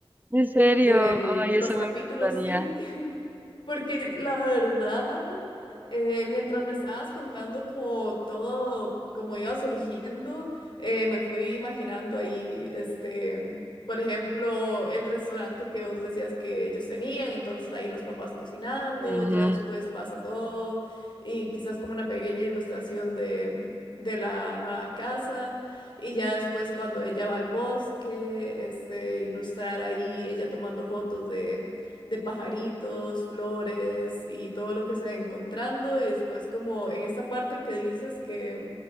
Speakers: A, on the right; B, on the left.
A: En serio,
B: de
A: ay,
B: los
A: eso
B: capítulos,
A: me encantaría.
B: sí. Porque la verdad, eh, mientras me estabas contando como todo, como iba surgiendo, eh, me fui imaginando ahí, este, por ejemplo, el restaurante que vos decías que ellos tenían, entonces ahí los papás cocinando,
A: Ujú.
B: ya después pasa todo, y quizás como una pequeña ilustración de, de la nueva casa, y ya después cuando ella va al bosque, este, ilustrar ahí ella tomando fotos de de pajaritos, flores y todo lo que se va encontrando. Y después como en esta parte que dices que